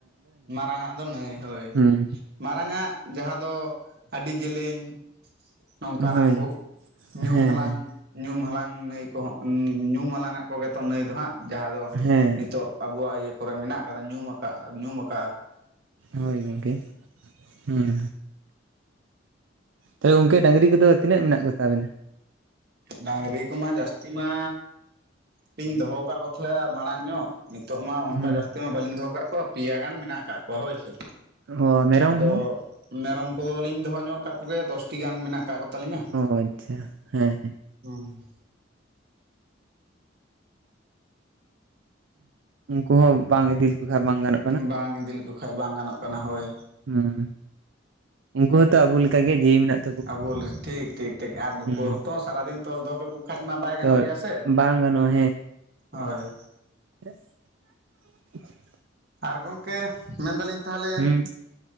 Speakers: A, on the right (about 55°); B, on the right (about 80°).
A: ᱢᱟᱨᱟᱝ ᱟᱜ ᱫᱚ ᱱᱟᱹᱭ, ᱦᱳᱭ
B: ᱦᱩᱸ
A: ᱢᱟᱨᱟᱝ ᱟᱜ ᱡᱟᱦᱟᱸ ᱫᱚ, ᱟᱹᱰᱤ ᱡᱮᱞᱮᱧ᱾ ᱱᱚᱝᱠᱟᱱᱟᱜ
B: ᱦᱳᱭ
A: ᱠᱚ ᱧᱩᱢ
B: ᱦᱮᱸ
A: ᱦᱟᱞᱟᱝ᱾ ᱧᱩᱢ ᱦᱟᱞᱟᱝ ᱱᱟᱹᱭ ᱠᱚᱦᱚᱸ, ᱧᱩᱢ ᱦᱟᱞᱟᱝᱟᱜ ᱠᱚᱜᱮ ᱛᱚ, ᱱᱟᱹᱭ ᱫᱚ ᱦᱟᱸᱜ᱾ ᱡᱟᱦᱟᱸ ᱫᱚ
B: ᱦᱮᱸ
A: ᱱᱤᱛᱚᱜ ᱟᱵᱚᱣᱟᱜ, ᱤᱭᱟᱹ ᱠᱚᱨᱮ ᱢᱮᱱᱟᱜ ᱠᱟᱫᱟ, ᱧᱩᱢ ᱟᱠᱟᱫ ᱧᱩᱢ ᱟᱠᱟ
B: ᱦᱳᱭ, ᱜᱚᱢᱠᱮ ᱦᱮᱸ᱾ ᱛᱟᱦᱚᱞᱮ ᱜᱠ ᱰᱟᱝᱨᱤ ᱠᱚᱫᱚ, ᱛᱤᱱᱟᱹᱜ ᱢᱮᱱᱟᱜ ᱠᱚᱛᱟᱵᱮᱱᱟ?
A: ᱰᱟᱝᱨᱤ ᱠᱚᱢᱟ ᱡᱟᱹᱥᱛᱤ ᱢᱟ, ᱵᱟᱹᱧ ᱫᱚᱦᱚᱣᱟ ᱠᱟᱜ ᱠᱚ ᱛᱟᱦᱮᱜ-ᱟ, ᱢᱟᱲᱟᱝ ᱧᱚᱜ᱾ ᱱᱤᱛᱚᱜ ᱢᱟ ᱚᱱᱠᱟ
B: ᱦᱩᱸ
A: ᱡᱟᱹᱥᱛᱤ ᱢᱟ, ᱵᱟᱹᱞᱤᱧ ᱫᱚᱦᱚ ᱠᱟᱜ ᱠᱚᱣᱟ, ᱯᱮᱭᱟ ᱜᱟᱱ ᱢᱮᱱᱟᱜ ᱠᱟᱜ ᱠᱚᱣᱟ ᱦᱳᱭ ᱥᱮ᱾
B: ᱚ ᱢᱮᱨᱚᱢ
A: ᱟᱫᱚ
B: ᱦᱚᱸ
A: ᱢᱮᱨᱚᱢ ᱠᱚᱫᱚᱞᱤᱧ ᱫᱚᱦᱚ ᱧᱚᱜ ᱠᱟᱜ ᱠᱚᱜᱮᱭᱟ, ᱫᱚᱥᱴᱤ ᱜᱟᱱ ᱢᱮᱱᱟᱜ ᱠᱟᱜ ᱠᱚᱛᱟᱞᱤᱧᱟ᱾
B: ᱚ ᱟᱪᱪᱷᱟ, ᱦᱮᱸ, ᱦᱮᱸ᱾
A: ᱦᱩᱸ,
B: ᱩᱱᱠᱩ ᱦᱚᱸ ᱵᱟᱝ ᱤᱫᱤ ᱞᱮᱠᱚ, ᱠᱷᱟᱱ ᱵᱟᱝ ᱜᱟᱱᱚᱜᱼᱟ᱾
A: ᱵᱟᱝ ᱤᱫᱤ ᱞᱮᱠᱚ ᱠᱷᱟᱡ, ᱵᱟᱝ ᱜᱟᱱᱚᱜ ᱠᱟᱱᱟ ᱦᱳᱭ᱾
B: ᱦᱮᱸ ᱩᱱᱠᱩ ᱦᱚᱸᱛᱚ ᱟᱵᱚ ᱞᱮᱠᱟᱜ ᱜᱮ, ᱡᱤᱣᱤ ᱢᱮᱱᱟᱜ ᱛᱟᱠᱚᱣᱟ᱾
A: ᱟ ᱵᱚᱞ ᱴᱷᱤᱠ ᱴᱷᱤᱠ ᱴᱷᱤᱠ ᱟᱨᱚᱛᱚ
B: ᱦᱩᱸ
A: ᱦᱚᱸ ᱥᱟᱨᱟᱫᱤᱱ ᱠᱚ ᱠᱷᱟᱡᱫ ᱢᱟ ᱵᱟᱭ ᱜᱟᱱᱚᱜ
B: ᱛᱚ
A: ᱜᱮᱭᱟ ᱥᱮ,
B: ᱵᱟᱝ ᱜᱟᱱᱚᱜᱼᱟ
A: ᱦᱳᱭ ᱾
B: ᱪᱮᱫ?
A: ᱟᱨ ᱜᱚᱢᱠᱮ ᱢᱮᱱᱫᱟᱞᱤᱧ ᱛᱟᱦᱚᱞᱮ
B: ᱦᱩᱸ